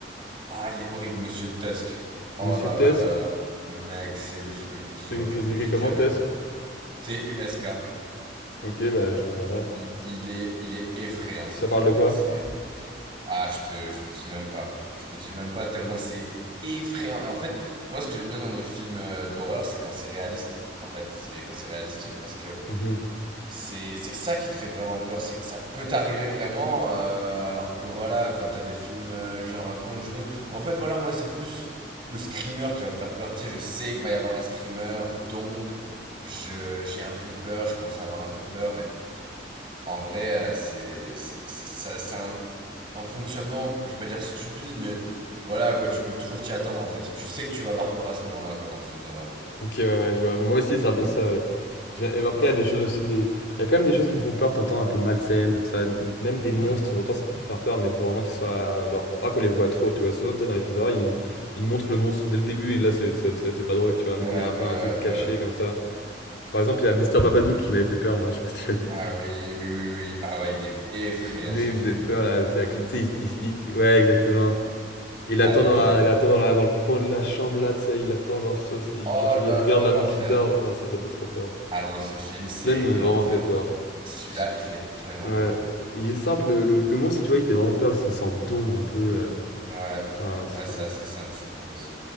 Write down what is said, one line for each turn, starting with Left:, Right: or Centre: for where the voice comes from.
Right: Ah, il est horrible, Monsieur Tusk. Oh
Left: Monsieur
Right: là
Left: Tusk,
Right: là là là. Mec, c'est le film le plus
Left: c'est
Right: horrible
Left: c'est
Right: que
Left: écrit
Right: j'ai
Left: comment
Right: jamais
Left: Tusk?
Right: vu. T-U-S-K.
Left: Ok, bah je regarderai.
Right: Il,
Left: Ça
Right: il est, il est effrayant ce
Left: ça
Right: film,
Left: parle de
Right: mec.
Left: quoi?
Right: C'est. Ah, je te, je te dis même pas. Je te dis même pas tellement c'est effrayant. Et en fait, moi, ce que j'aime bien dans les films euh, d'horreur, c'est quand c'est réaliste. En fait, c'est quand c'est réalistique parce que
Left: Mm-hmm.
Right: C'est c'est ça qui te fait vraiment peur, c'est que ça peut t'arriver vraiment, euh, alors que voilà, quand t'as des films euh, genre Conjuring. En fait, voilà, moi, c'est plus le screamer qui va me faire peur. Tu sais, je sais qu'il va y avoir un screamer, donc je j'ai un peu peur, je commence à avoir un peu peur, mais en vrai, euh, c'est c'est c'est- ça, c'est un, un fonctionnement, je vais pas dire stupide, mais voilà, quoi, tu peux toujours t'y attendre en fait. Tu sais que tu vas avoir peur à ce moment-là, quoi, dans le film d'horreur.
Left: Ok, ouais, ouais, je vois. Mais Moi aussi, c'est un peu ça. ouais. J'ai- et Après, il y a des choses aussi, des... il y a quand même des choses qui me font peur, t'entends, un peu malsaines, comme ça. Même des monstres,
Right: Hmm.
Left: t'entends, ça peut me faire peur, mais il faut vraiment qu'ils soient. Genre, pas qu'on les voit trop, tu vois. Souvent, tu sais, dans les films d'horreur, ils... ils montrent le monstre dès le début, et là, c'est c'est- c'est- c'est pas drôle, tu vois. Mais
Right: Ouais,
Left: quand
Right: ouais,
Left: il y a un peu
Right: ouais. ouais.
Left: un truc caché, comme ça. Par exemple, il y a Mister Babadook qui m'avait fait peur, moi, je sais pas si tu l'as vu.
Right: Ah oui, oui, oui, oui. Ah ouais, il est effrayant
Left: Lui,
Right: ce
Left: il
Right: film.
Left: me faisait peur, là. C'est la cli- tu sais, il- il- il- Ouais, exactement. Il
Right: Ah
Left: attend
Right: non,
Left: dans la...
Right: mais
Left: il attend dans la... dans le coin de la chambre, là, tu sais, il attend, genre, ça, c'est- il
Right: oh là
Left: regarde
Right: là,
Left: la
Right: l'enfer.
Left: meuf qui dort. Ah, ça, ça fait trop peur.
Right: Ah non, ce film, c'est
Left: cela m'a
Right: l'enfer.
Left: vraiment fait peur.
Right: Celui-là,
Left: S-
Right: il fait tellement
Left: Ouais,
Right: peur.
Left: il est simple, le, le monstre, tu vois, il fait vraiment peur, c'est une sorte d'ombre un peu. euh,
Right: Ouais,
Left: Enfin, c'est.
Right: ouais, c'est assez
Left: c'est-
Right: simple, je trouve aussi.